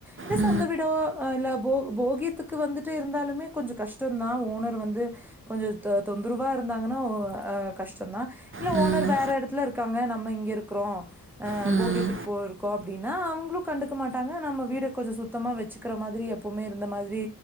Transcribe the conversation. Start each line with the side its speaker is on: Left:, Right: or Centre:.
Centre: இதே
Right: ம்,
Centre: சொந்த வீடோ இல்ல போ போகியத்துக்கு வந்துட்டு இருந்தாலுமே கொஞ்சம் கஷ்டந் தா ஓனர் வந்து கொஞ்ச தொந் தொந்தரவா இருந்தாங்கன்னா ஒ அ கஷ்டந்தான் இல்ல
Right: ம்,
Centre: ஓனர் வேற எடத்துல இருக்காங்க நம்ம இங்க இருக்குறோம் ஆ
Right: ம், ம்,
Centre: போகியத்துக்கு போயிருக்கோ அப்டின்னா அவங்களும் கண்டுக்க மாட்டாங்க நம்ம வீடு கொஞ்ச சுத்தமா வச்சுக்ற மாதிரி எப்பவுமே இருந்த மாதிரி